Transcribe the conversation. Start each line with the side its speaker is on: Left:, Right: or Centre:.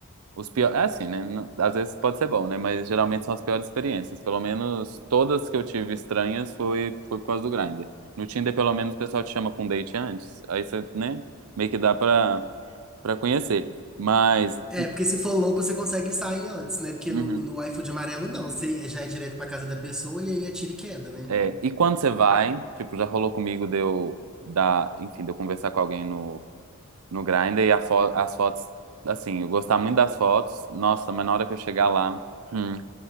Right: os piores. É assim, né? não- Às vezes pode ser bom, né? Mas geralmente são as piores experiências. Pelo menos todas que eu tive estranhas foi, foi por causa do Grindr. No Tinder, pelo menos, o pessoal te chama pra um date antes. Aí você, né? Meio que dá pra, pra conhecer. Mas.
Centre: É, porque se for louco, você consegue sair antes, né? Porque
Right: uhum.
Centre: no, no iFood amarelo, não. Você já é direto pra casa da pessoa e aí é tiro e queda, né?
Right: É, e quando você vai, tipo, já rolou comigo de eu dar, enfim, de eu conversar com alguém no, no Grindr e a fo- as fotos, assim, eu gostar muito das fotos, nossa, mas na hora que eu chegar lá, hum,